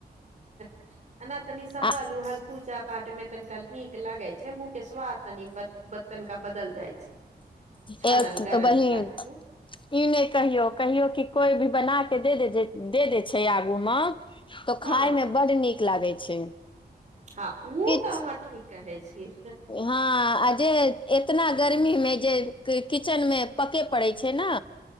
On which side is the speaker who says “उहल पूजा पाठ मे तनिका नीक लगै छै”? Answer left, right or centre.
Right